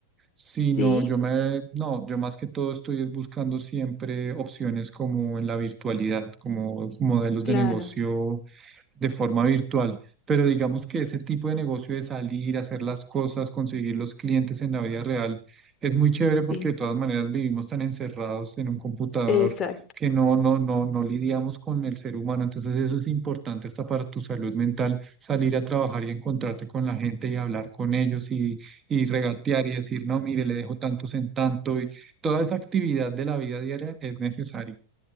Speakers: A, on the right; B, on the left.
A: sino
B: Sí,
A: yo me, no, yo más que todo estoy es buscando siempre opciones como en la virtualidad, como modelos
B: claro,
A: de negocio de forma virtual. Pero digamos que ese tipo de negocio de salir, hacer las cosas, conseguir los clientes en la vida real, es muy chévere porque
B: sí,
A: de todas maneras vivimos tan encerrados en un computador
B: exacto.
A: que no, no, no, no lidiamos con el ser humano. Entonces eso es importante hasta para tu salud mental, salir a trabajar y encontrarte con la gente y hablar con ellos y, y regatear y decir, no, mire, le dejo tantos en tanto. Y toda esa actividad de la vida diaria es necesaria